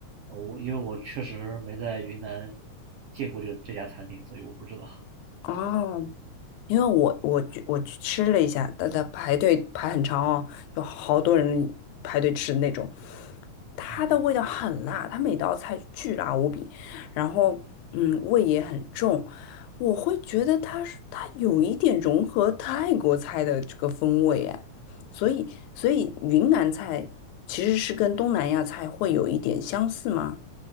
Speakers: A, on the right (about 70°); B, on the left (about 80°).
A: 哦，我因为我确实没在云南见过这个这家餐厅，所以我不知道。
B: 哦，因为我我去我去吃了一下，大家排队排很长哦，有好多人排队吃那种，它的味道很辣，
A: 嗯。
B: 它每道菜巨辣无比，然后嗯，味也很重，我会觉得它是它有一点融合泰国菜的这个风味哎，所以所以云南菜其实是跟东南亚菜会有一点相似吗？